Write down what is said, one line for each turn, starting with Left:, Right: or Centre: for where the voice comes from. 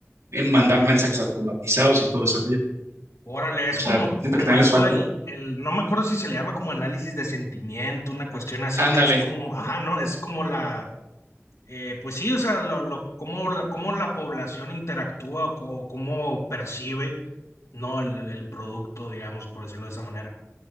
Right: eh, mandar mensajes automatizados y todo ese rollo.
Left: Órale, es
Right: O sea,
Left: como,
Right: siento
Left: como
Right: que también
Left: esto
Right: les falta.
Left: el, el, no me acuerdo si se le llama como análisis de sentimiento, una cuestión así
Right: Ándale,
Left: que es como, ajá, ¿no? Es como la Eh, pues sí, o sea, lo, lo- cómo, la, cómo la población interactúa o, co- cómo percibe, ¿no? El, el- el producto, digamos, por decirlo de esa manera.